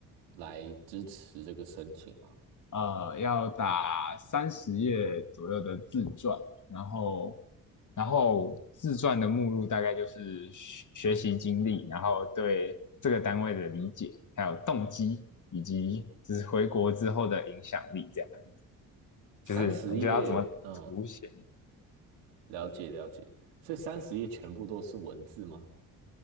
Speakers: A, on the right; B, on the left.
A: 来支持这个申请吗？
B: 呃，要打三十页左右的自传，然后，然后自传的目录大概就是学学习经历，然后对这个单位的理解，还有动机，以及就是回国之后的影响力，这样子，
A: 三十页，
B: 就是你觉得要怎么凸显？
A: 嗯，了解了解。所以三十页全部都是文字吗？